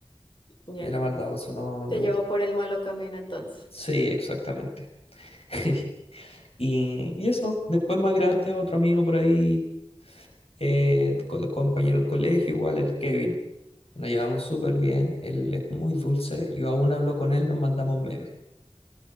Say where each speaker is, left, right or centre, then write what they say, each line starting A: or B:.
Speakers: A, on the left; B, on the left.
A: Ya.
B: Era maldadoso, no
A: Te
B: le gusta.
A: llevó por el malo camino entonces.
B: Sí, exactamente. <laughs> Y, y eso, después más grande, otro amigo por ahí, eh, co- compañero del colegio, igual el Kevin. Nos llevamos súper bien, él es muy dulce, yo aún hablo con él, nos mandamos memes.